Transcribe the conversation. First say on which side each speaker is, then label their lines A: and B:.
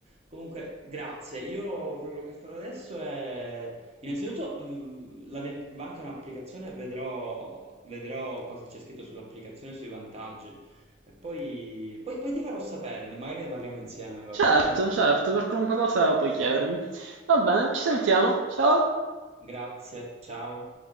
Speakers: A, on the right (about 35°); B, on the right (about 75°).
A: Comunque, grazie. Io quello che farò adesso è, innanzitutto, mh, la mia banca è un'applicazione, vedrò, vedrò cosa c'è scritto sull'applicazione, sui vantaggi, e poi, poi poi ti farò sapere, magari ne parliamo insieme, va
B: Certo,
A: bene?
B: certo, per qualunque cosa puoi chiedermi. Va bene, ci sentiamo. Ciao.
A: Grazie, ciao.